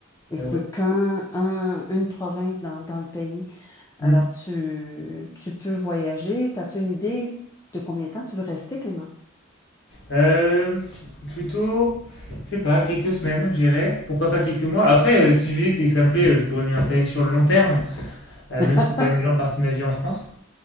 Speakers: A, on the left; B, on the left.
A: Et
B: Euh,
A: c'est
B: ouais.
A: qu'un, un- une province dans, dans le pays. Alors,
B: Mm.
A: tu, tu peux voyager. T'as-tu une idée de combien de temps tu veux rester, Clément?
B: Euh, plutôt, je sais pas, quelques semaines, je dirais. Pourquoi pas quelques mois. Après, euh, si je visite et que ça me plaît, euh, je pourrais m'y installer sur le long terme, euh,
A: <laughs>
B: même si c'est la majeure partie de ma vie en France.